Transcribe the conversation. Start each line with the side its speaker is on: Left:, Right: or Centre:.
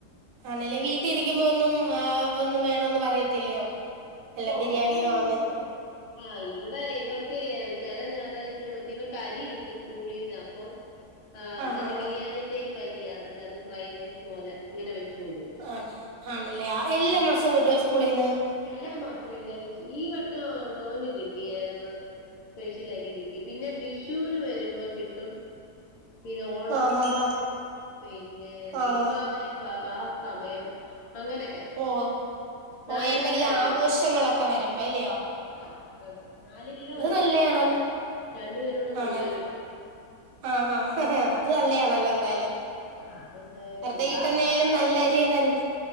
Right: ആണല്ലേ വീട്ടിലിരിക്കുമ്പോ ഒന്നും ആ ഒന്നും വേണം പറയത്തില്ലയോ അല്ല
Left: ഓഹ്
Right: ബിരിയാണിയോ
Left: അവൻ അങ്ങനൊന്നും
Right: അങ്ങനെ
Left: ആഹ് ഇവിടെ ഇവർക്ക് ചെല ഞായറാഴ്ച മറ്റേ ഇവർക്ക് അരി കിട്ടും സ്കൂളീന്ന് അപ്പം- ആഹ് മറ്റേ
Right: ഹാ ഹാ
Left: ബിരിയാണി ടൈപ് അരി അത് ഫ്രൈഡ് റൈസ് പോലെ ഇങ്ങനെ വെച്ച് ഓടും
Right: ആണ് ആണല്ലേ എല്ലാ മാസവും കിട്ടുവോ സ്കൂളിൽന്ന്
Left: എല്ലാ മാസം ഇല്ല ഈ വട്ടമാ മോന് കിട്ടിയായിര്ന്ന് സ്പെഷ്യൽ അരി കിട്ടി പിന്നെ വിഷുവിന് വരുമ്പം - കിട്ടും പിന്നെ ഓണം
Right: ആഹ് ഹാ ഹാ
Left: പിന്നെ ദീപാവലി
Right: ആഹ്
Left: ആഹ് ആ സമയം അങ്ങനെയൊക്കെ
Right: ഓഹ്
Left: നാല്
Right: ഓ ഹ് എന്തെങ്കിലും
Left: കിലോ അരി
Right: ആഘോഷങ്ങളൊക്കെ
Left: വെച്ച്
Right: വരുമ്പോ അല്ലിയോ
Left: ആഹ് നാല് കിലോ ഒരാൾക്ക്
Right: നല്ലയാണല്ലോ
Left: രണ്ടു പേരൂടെ കൊണ്ടുവരും
Right: ആണല്ലേ ആഹ് ഹാ അത് നല്ലയാണല്ലോ എന്തായാലും
Left: ആഹ് അതെന്തായാലും
Right: വെറുതെ
Left: ഉണ്ട്
Right: കിട്ടുന്നാലും
Left: ആ ചോറ
Right: നല്ല അരി തരും